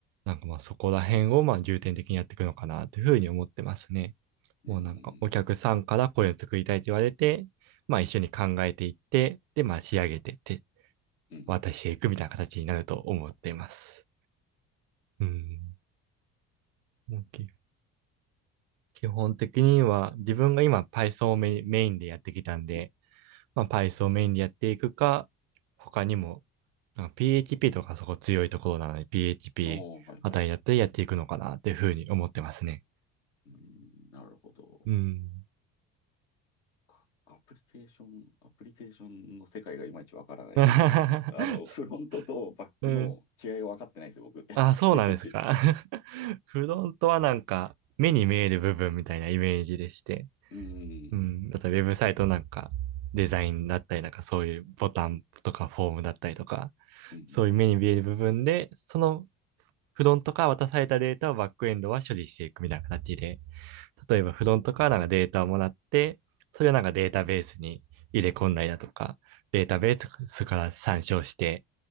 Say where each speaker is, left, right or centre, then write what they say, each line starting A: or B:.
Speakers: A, on the right; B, on the left.
A: なんかまあそこら辺をまあ重点的にやっていくのかなというふうに思ってますね。
B: うんうん
A: もうなんかお客さんからこういうの作りたいと言われて、まあ一緒に考えていって、でまあ仕上げてって
B: うん。うんうんうん
A: 渡していくみたいな形になると思っています。うん。もう基基本的には自分が今 Python をメインメインでやってきたんで、
B: うん。
A: まあ Python をメインでやっていくか、他にもなんか PHP とかそこ強いところなので PHP
B: おー、はいはいは
A: あたりだったらやっていくのかなというふうに思ってますね。
B: い。うん、なるほど。
A: うん。
B: かアプリケーション、アプリケーションの世界がいまいちわからないから、
A: <laughs>
B: あの、フロントとバックの違いが分かってないですよ、
A: うん。
B: 僕。<laughs>
A: あ、そうなんですか。
B: いまいち。
A: <laughs> フロントはなんか、目に見える部分みたいなイメージでして。
B: うん、
A: うん。あと、ウェブサイトなんか、デザインだったりなんか、そういうボタンとかフォームだったりとか、
B: うん、
A: そういう目に見える部分で、そのフロントから渡されたデータをバックエンドは処理していくみたいな形で、例えばフロントからなんかデータをもらって、それをなんかデータベースに入れ込んだりだとか、データベースから参照して、